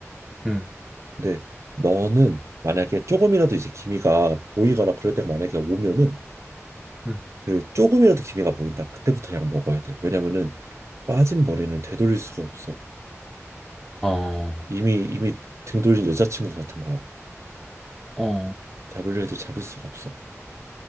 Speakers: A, in the centre; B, on the right.
A: 응,
B: 근데 너는 만약에 조금이라도 이제 기미가 보이거나 그럴 때가 만약에 오면은
A: 응.
B: 그 조금이라도 기미가 보인다. 그때부터 약 먹어야 돼. 왜냐면은 빠진 머리는 되돌릴 수가 없어.
A: 아,
B: 이미 이미 등 돌린 여자친구 같은 거야.
A: 어.
B: 잡으려 해도 잡을 수가 없어.